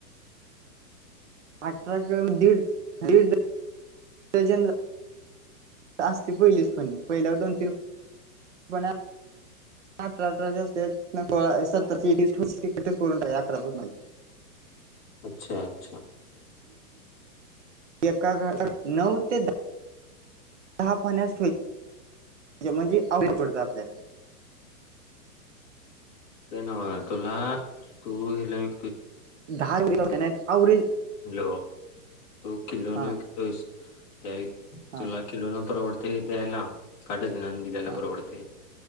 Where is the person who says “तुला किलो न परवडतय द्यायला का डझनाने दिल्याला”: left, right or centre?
Left